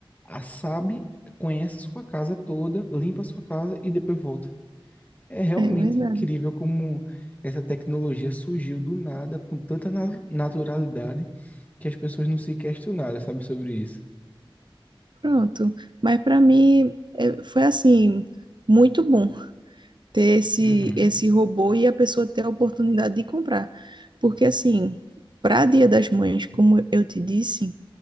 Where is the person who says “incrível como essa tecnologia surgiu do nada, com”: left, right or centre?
Left